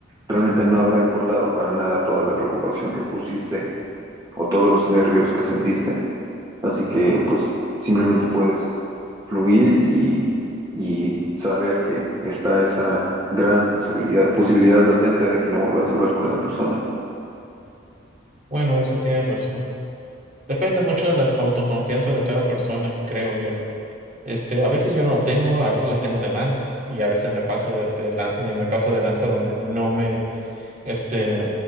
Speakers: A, on the right; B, on the right.
A: realmente no habrá importado para nada toda la preocupación que pusiste o todos los nervios que sentiste. Así que pues simplemente puedes fluir y, y saber que está esa gran posibilidad, posibilidad latente de que no volverás a hablar con esa persona.
B: Bueno, eso tiene razón. Depende mucho de la autoconfianza de cada persona, creo yo. Este, a veces yo no la tengo, a veces la tengo de más y a veces me paso de, de la- de- me paso de lanza donde no me, este,